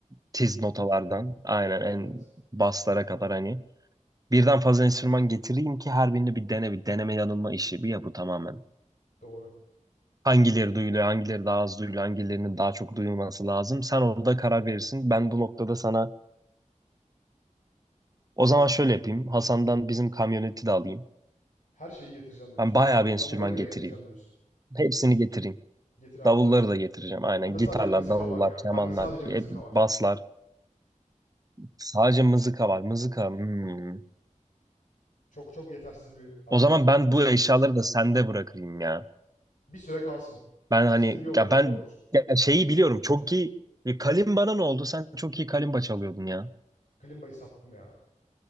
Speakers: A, on the right; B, on the left.
A: tiz notalardan aynen en
B: Evet,
A: baslara kadar hani birden fazla enstrüman getireyim ki her birini bir dene bir deneme yanılma işi bir ya bu tamamen.
B: doğru.
A: Hangileri duyuluyor, hangileri daha az duyuluyor, hangilerinin daha çok duyulması lazım. Sen orada karar verirsin. Ben bu noktada sana o zaman şöyle yapayım. Hasan'dan bizim kamyoneti de alayım.
B: Her şeyi getireceğim diyorsun.
A: Ben bayağı
B: Davul,
A: bir enstrüman
B: davulları bile
A: getireyim.
B: getireceğim diyorsun.
A: Hepsini getireyim.
B: Getir abi.
A: Davulları
B: Ben de
A: da getireceğim. Aynen
B: ben de
A: gitarlar,
B: sadece mızıka
A: davullar,
B: var ya.
A: kemanlar,
B: Ben de sadece mızıka
A: hep
B: var.
A: baslar. Sadece mızıka var. Mızıka. hmm.
B: Çok çok yetersiz bir arşivim
A: O zaman
B: var
A: ben
B: henüz
A: bu
B: ya.
A: eşyaları da sende bırakayım ya.
B: Bir süre kalsın.
A: Ben
B: Aslında
A: hani
B: iyi olur,
A: ya ben
B: iyi olur.
A: ya şeyi biliyorum. Çok iyi. E, Kalimbana ne oldu? Sen çok iyi kalimba çalıyordun ya.
B: Kalimba'yı sattım ya.